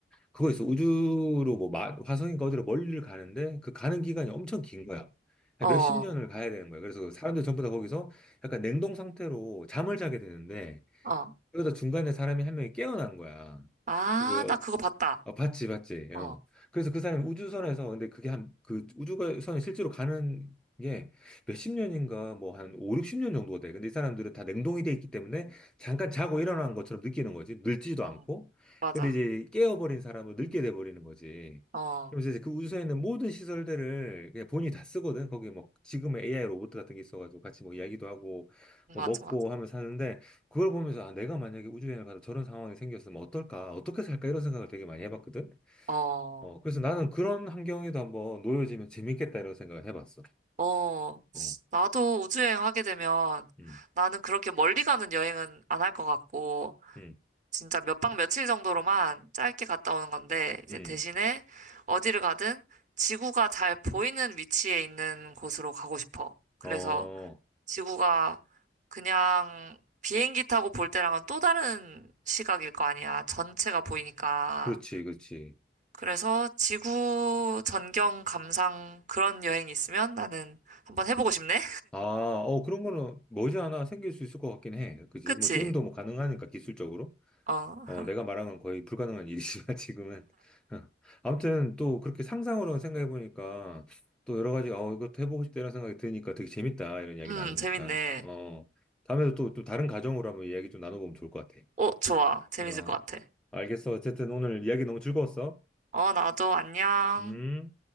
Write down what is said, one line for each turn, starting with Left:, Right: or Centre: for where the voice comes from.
Centre: 그거 있어. 우주로 뭐 마- 화성인가 어디로 멀리를 가는데 그 가는 기간이 엄청 긴 거야. 한
Right: 어,
Centre: 몇십 년을 가야 되는 거야. 그래서 사람들 전부 다 거기서 약간 냉동 상태로 잠을 자게 되는데
Right: 어.
Centre: 그러다 중간에 사람이 한 명이 깨어난 거야.
Right: 아,
Centre: 그
Right: 나 그거 봤다.
Centre: 아, 봤지, 봤지. 어.
Right: 어,
Centre: 그래서 그 사람이 우주선에서, 근데 그게 한, 그 우주선이 실제로 가는 게 몇 십 년인가, 뭐 한 5, 60년 정도가 돼. 근데 이 사람들은 다 냉동이 돼 있기 때문에 잠깐 자고 일어난 것처럼 느끼는 거지. 늙지도
Right: 응,
Centre: 않고.
Right: 맞아.
Centre: 근데 이제 깨어버린 사람은 늙게 돼버리는 거지.
Right: 어,
Centre: 그러면서 이제 그 우주선에 있는 모든 시설들을 그냥 본인이 다 쓰거든. 거기 뭐 지금의 AI 로봇 같은 게 있어가지고 같이 뭐 이야기도 하고,
Right: 맞아,
Centre: 뭐 먹고
Right: 맞아.
Centre: 하면서 사는데 그걸 보면서 아 내가 만약에 우주여행을 가서 저런 상황이 생겼으면 어떨까 어떻게 살까 이런 생각을 되게 많이 해봤거든
Right: 어.
Centre: 어 그래서 나는 그런 환경에도 한번 놓여지면 재밌겠다 이런 생각을 해봤어
Right: 어,
Centre: 어
Right: 나도 우주여행 하게 되면
Centre: 음,
Right: 나는 그렇게 멀리 가는 여행은 안 할 것 같고,
Centre: 음,
Right: 진짜 몇 박 며칠 정도로만 짧게 갔다 오는 건데, 이제
Centre: 음.
Right: 대신에 어디를 가든 지구가 잘 보이는 위치에 있는 곳으로 가고 싶어. 그래서
Centre: 어,
Right: 지구가 그냥 비행기 타고 볼 때랑은 또 다른 시각일 거 아니야. 전체가 보이니까.
Centre: 그렇지, 그렇지.
Right: 그래서 지구 전경 감상 그런 여행이 있으면 나는 한번 해보고 싶네.
Centre: 아, 어, 그런 거는 머지않아 생길 수 있을 것 같긴 해. 그지?
Right: 그치?
Centre: 뭐, 지금도 뭐 가능하니까, 기술적으로.
Right: 어,
Centre: 어,
Right: <laughs> 어.
Centre: 내가 말한 건 거의 불가능한 일이지만 <laughs> 지금은 <laughs> 아무튼 또 그렇게 상상으로 생각해 보니까 또 여러 가지 어 이것도 해보고 싶다라는 생각이 드니까 되게 재밌다 이런 이야기
Right: 음,
Centre: 나누니까
Right: 재밌네.
Centre: 어 다음에도 또, 또 다른 가정으로 한번 이야기 좀 나눠보면 좋을 것 같아.
Right: 어, 좋아. 재밌을
Centre: 어
Right: 것 같아.
Centre: 알겠어 어쨌든 오늘 이야기 너무 즐거웠어.
Right: 어, 나도 안녕.
Centre: 음.